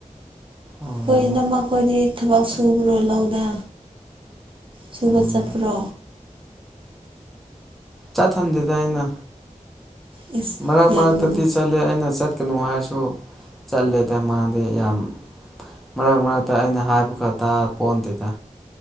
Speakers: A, in the centre; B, on the right (about 40°).
A: ꯑꯣ
B: ꯈꯣꯏ ꯏꯅꯝꯃ ꯈꯣꯏꯗꯤ ꯊꯕꯛ ꯁꯨꯕ꯭ꯔꯣ ꯂꯧꯗ ꯁꯨꯕ
A: ꯎꯝ
B: ꯆꯠꯄ꯭ꯔꯣ
A: ꯆꯠꯊꯟꯗꯦꯗ ꯑꯩꯅ
B: ꯑꯦꯁ
A: ꯃꯔꯛ
B: ꯌꯥꯝ
A: ꯃꯔꯛꯇꯗꯤ
B: ꯅꯨꯡꯉꯥꯏ
A: ꯆꯠꯂꯦ ꯑꯩꯅ ꯆꯠꯀꯅꯨ ꯍꯥꯏꯔꯁꯨ ꯆꯠꯂꯦꯗ ꯃꯥꯥꯗꯤ ꯌꯥꯝ ꯃꯔꯛ ꯃꯔꯛꯇ ꯑꯩꯅ ꯍꯥꯏꯕꯒ ꯇꯥꯄꯣꯟꯇꯦꯗ